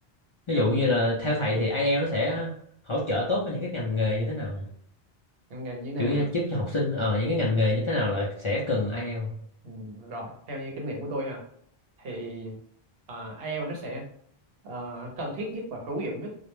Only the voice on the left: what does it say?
ví
dụ
như là theo thầy thì IELTS nó sẽ hỗ trợ tốt với những cái ngành nghề như thế nào nhỉ?
kiểu như
giúp cho học sinh ờ những cái ngành nghề như thế nào là sẽ cần IELTS